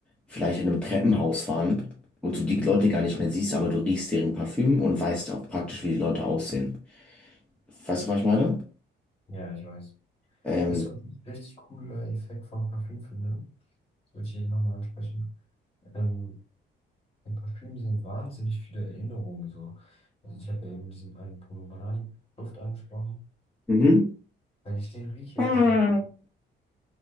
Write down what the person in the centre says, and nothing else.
vielleicht in einem Treppenhaus waren und du die Leute gar nicht mehr siehst, aber du riechst deren Parfüm und weißt auch praktisch, wie die Leute aussehen. Weißt du, was ich meine?
Ähm,
mhm.
<laughs>